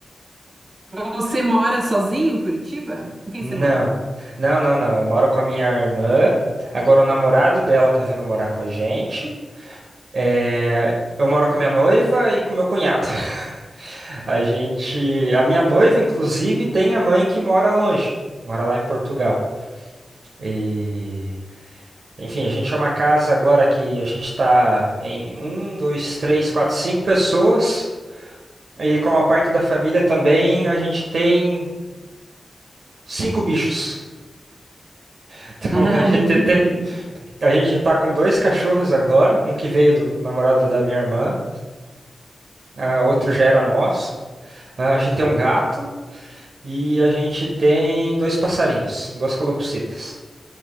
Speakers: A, on the right (about 45°); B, on the right (about 70°).
A: Você mora sozinho em Curitiba? Com quem
B: Não,
A: você mora?
B: não, não, não. Eu moro com a minha irmã. Agora o namorado dela tá vindo morar com a gente. É, Eu moro com a minha noiva e com meu cunhado. <laughs> A gente, a minha noiva, inclusive, tem a mãe que mora longe, mora lá em Portugal. E, enfim, a gente é uma casa agora que a gente está em um, dois, três, quatro, cinco pessoas. E com a parte da família também a gente tem cinco bichos. <laughs> Então
A: <laughs>
B: a gente
A: Ah, entendi.
B: tem A gente tá com dois cachorros agora, um que veio do namorado da minha irmã, ah, outro já era nosso. Ah, a gente tem um gato e a gente tem dois passarinhos, duas calopsitas.